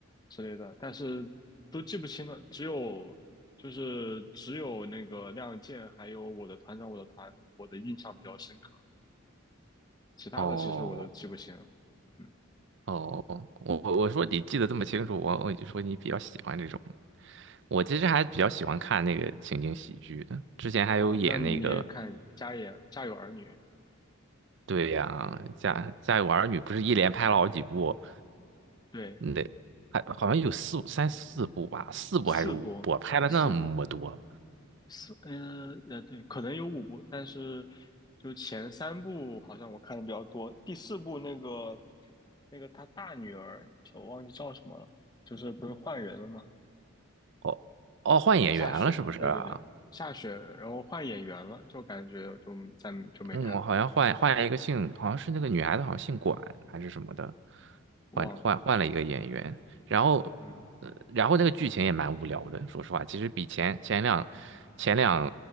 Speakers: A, on the left; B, on the right.
A: 之类的，但是都记不清了。只有就是只有那个亮剑，还有我的团长，我的团，我的印象比较深刻，其他的其实我都记不清了。
B: 哦
A: 嗯，
B: 哦，我我我说你记得这么清楚，我我就说你比较喜欢这种。我其实还比较喜欢看那个情景喜剧的，之前还有演那个，
A: 啊，那你也看《家也家有儿女》，
B: 对呀，家家有儿女不是一连拍了好几部，
A: 对，
B: 那还好像有四三四部吧，四部还是五部，
A: 四部四部，
B: 拍了那么多，
A: 四，嗯呃，对，可能有五部，但是就前三部好像我看的比较多，第四部那个那个他大女儿，我忘记叫什么了，就是不是换人了吗？
B: 哦哦，换演员了是不是啊？
A: 夏雪，对对对，夏雪，然后换演员了，就感觉就再就没看了，
B: 嗯，我好像换换了一个姓，好像是那个女孩子，好像姓管还是什么的，
A: 忘了，
B: 换换换了一个演员，然后，
A: 嗯
B: 呃，然后那个剧情也蛮无聊的，说实话，其实比前前两前两